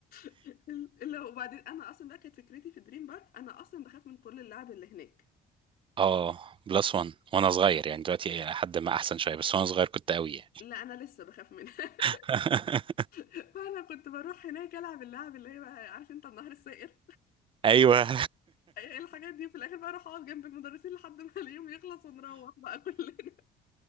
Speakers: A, on the left; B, on the right.
A: <laughs> الا وبعدين انا اصلا بقى كانت فكرتي في دريم بارك انا اصلا بخاف من كل اللعب اللي هناك
B: اه بلس وان وانا صغير يعني دلوقتي إلى حد ما احسن شويه بس وانا صغير كنت قوي يعني
A: لا انا لسه بخاف منها <laughs>
B: <laughs>
A: فانا كنت بروح هناك العب اللعب اللي هي بقى عارف انت النهر السائر
B: ايوه
A: ايه <laughs> الحاجات دي في الاخر بقى اروح اقعد جنب المدرسين لحد ما اليوم يخلص ونروح بقى كلنا